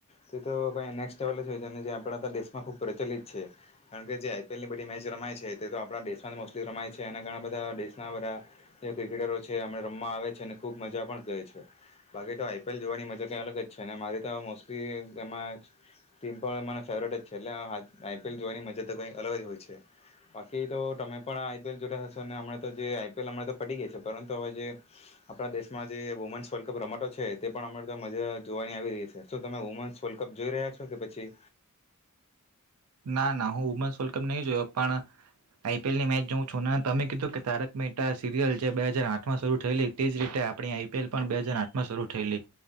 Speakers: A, on the left; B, on the right.
A: તે તો <unintelligible> લેવલ જ હોય છે, જે આપણા દેશમાં ખૂબ પ્રચલિત છે કારણ કે જે આઈપીએલ ની બધી મેચ રમાય છે, તે તો આપણા દેશમાં મોસ્ટલી રમાય છે, અને ઘણા બધા દેશના બધા ક્રિકેટરો છે. છે, અ રમવા આવે છે, અને ખૂબ મજા પણ કહે છે, બાકી તો આઈપીએલ જોવાની મજા કંઈ અલગ જ છે, મારી તો મોસ્ટલી એમાં ટીમ પણ મને ફેવરેટ જ છે, એટલે આઈપીએલ જોવાની મજા તો કંઈ અલગ જ હોય છે, બાકી તો તમે પણ આઈપીએલ જોતા હશો ને હમણાં જે આઈપીએલ અમણાં તો પડી ગઈ છે. પરંતુ હવે જે આપણા દેશમાં જે વુમેન્સ વર્લ્ડ કપ રમાતો છે, તે પણ અમારે મજા જોવાની આવી રહી છે, શ તમે વુમેન્સ વર્લ્ડ કપ જોઈ રહ્યા છો કે પછી
B: ના ના હું વુમન્સ વર્લ્ડ કપ નહીં જોયો પણ આઈપીએલની મેચ જોઉં છું તમે કીધું કે તારક મહેટા સિરિયલ જે બે હજાર આઠમાં શરૂ થયેલી તે જ રીતે આપણી આઈપીએલ પણ બે હજાર આઠમાં શરૂ થયેલી